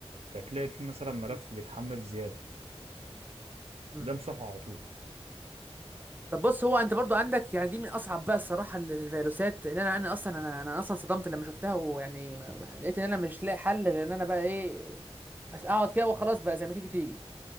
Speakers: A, on the right; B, on the right.
A: فتلاقي فيه مثلا ملف
B: مم.
A: بيتحمل زيادة
B: مم.
A: ده امسحه على طول
B: طب بص هو انت برضو عندك يعني دي من اصعب بقى الصراحه ال- الفيروسات لان انا انا اصلا انا انا اصلا صدمت لما شفتها ويعني ما- ما- لقيت ان انا مش لاقي حل غير ان انا بقى ايه أس- اقعد كده وخلاص بقى زي ما تيجي تيجي